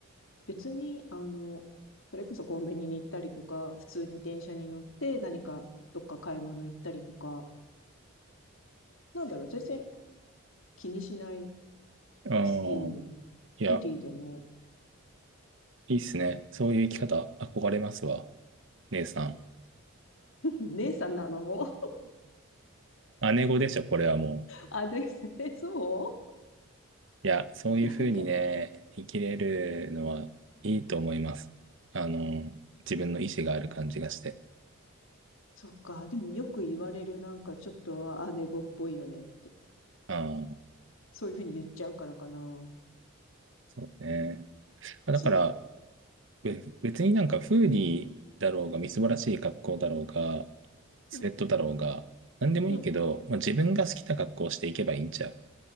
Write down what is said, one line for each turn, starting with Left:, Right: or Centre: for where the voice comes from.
Left: 別に、あの、それこそコンビニに行ったりとか、普通に電車に乗って何かどっか買い物行ったりとか、なんだろう、全然気にしない、
Right: ああ、
Left: うん、
Right: いや、
Left: フリーでも、
Right: いいっすね。そういう生き方、憧れますわ。姉さん。
Left: <laughs> 姉さんなのも、
Right: 姉御でしょ、これはも
Left: あ、で、<laughs> そ
Right: う。いや、そういうふうにね、
Left: うなんか、
Right: 生きれるのはいいと思います。あの、自分の意思がある感じがして。
Left: そっか。でもよく言われる、なんかちょっと姉子っぽいよねって。
Right: ああ、
Left: そういうふうに言っちゃうからかな。
Right: そうね。あだから、
Left: そう、
Right: べ別になんかフーディーだろうが、みすぼらしい格好だろうが、スウェットだろうが、
Left: うん、
Right: なんでもいいけど、
Left: うん。
Right: まあ、自分が好きな格好をしていけばいいんちゃう。